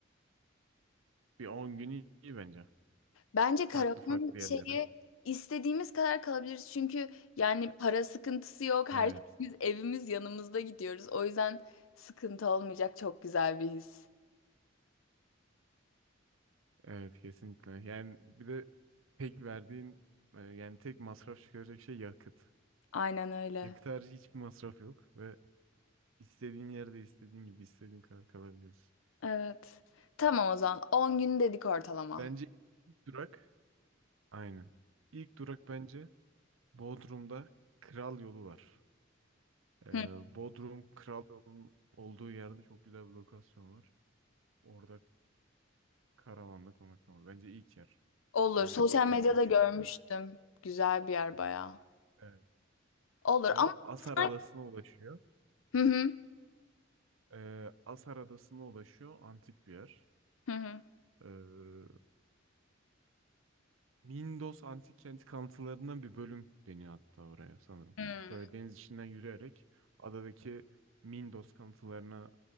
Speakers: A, on the right; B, on the left.
A: Bir 10 gün iyi, iyi bence.
B: Bence
A: Farklı
B: karavanın
A: farklı yerlere.
B: şeyi istediğimiz kadar kalabiliriz. Çünkü yani para sıkıntısı yok. Her
A: Evet.
B: şeyimiz evimiz yanımızda gidiyoruz. O yüzden sıkıntı olmayacak çok güzel bir his.
A: Evet kesinlikle. Yani bir de tek verdiğin e, yani tek masraf çıkaracak şey yakıt.
B: Aynen öyle.
A: Yakıt harici hiçbir masraf yok ve istediğin yerde istediğin gibi istediğin kadar kalabiliyorsun.
B: Evet. Tamam o zaman. 10 gün dedik ortalama.
A: Bence ilk durak aynen. İlk durak bence Bodrum'da Kral Yolu var. Ee,
B: Hı,
A: Bodrum Kral Yol'un olduğu yerde çok güzel bir lokasyon var. Orada karavanda konaklama. Bence ilk yer.
B: olur.
A: Yani
B: Sosyal
A: orada bir
B: medyada
A: iki üç
B: görmüştüm.
A: gün.
B: Güzel bir yer bayağı.
A: Evet.
B: Olur
A: Ora
B: ama
A: Asar
B: sen.
A: Adası'na ulaşıyor.
B: Hı hı.
A: Ee, Asar Adası'na ulaşıyor. Antik bir yer.
B: Hı hı.
A: Ee, Mindos Antik Kenti kalıntılarından bir bölüm deniyor hatta oraya sanırım.
B: Hı,
A: Böyle deniz içinden yürüyerek adadaki Mindos kalıntılarına